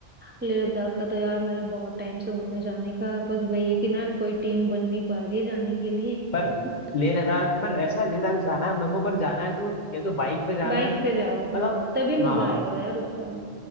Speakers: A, on the right (about 15°); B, on the left (about 50°).
A: लेह लद्दाख का तो यार मेरा बहुत टाइम से होने जाने का है। बस वही है कि ना कोई टीम बन नहीं पा रही है जाने के लिए
B: पर
A: <laughs>
B: लेह लद्दाख पर ऐसा है, लेह लद्दाख जाना है मेरे को पर जाना है तो या तो बाइक पे जाना
A: बाइक
B: है
A: से जाओ हाँ
B: मतलब
A: तभी मजा
B: हाँ
A: आएगा यार उसका